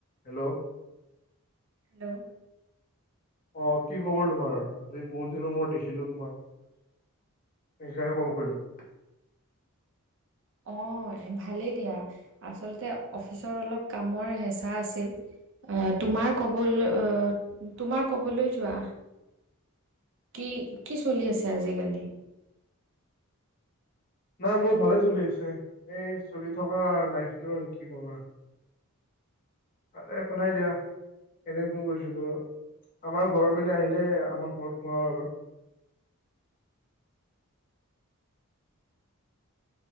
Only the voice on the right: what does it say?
হেল্ল'
অহ ভালেই দিয়া আচলতে অফিচৰ অলপ কামৰ হেঁচা আছিল। অহ তোমাৰ কবলৈ অহ তোমাৰ কবলৈ যোৱা কি কি চলি আছে আজিকালি?
<inaudible>